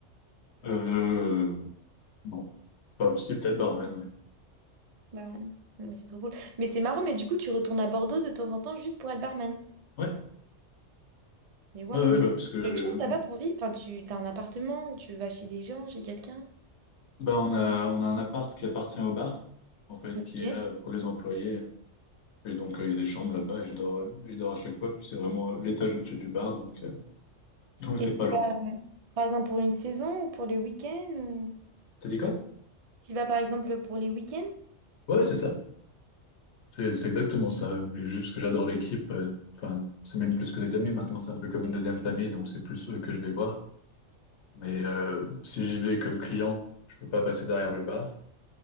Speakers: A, on the left; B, on the right.
A: Euh, non, pas si, peut-être barman, oui.
B: Barman. Non, mais c'est trop cool. Mais c'est marrant, mais du coup, tu retournes à Bordeaux de temps en temps juste pour être barman.
A: Ouais,
B: Mais ouais,
A: ouais, ouais,
B: mais
A: ouais, bah, parce que euh,
B: quelque chose là-bas pour vivre. Enfin, tu t'as un appartement où tu vas chez des gens, chez quelqu'un.
A: bah, on a, on a un appart qui appartient au bar, en fait,
B: Ok.
A: qui est là pour les employés. Et donc, euh, il y a des chambres là-bas et je dors, euh, j'y dors à chaque fois. Puis c'est vraiment euh, l'étage au-dessus du bar, donc euh, donc c'est
B: Et tu
A: pas loin.
B: vas, par exemple, pour une saison ou pour les week-ends ou...
A: T'as dit quoi?
B: Tu vas, par exemple, pour les week-ends?
A: Ouais, c'est ça. C'est c'est exactement ça. Mais juste parce que j'adore l'équipe, euh, enfin, c'est même plus que des amis maintenant, c'est un peu comme une deuxième famille, donc c'est plus eux que je vais voir. Mais euh, si j'y vais comme client, je peux pas passer derrière le bar.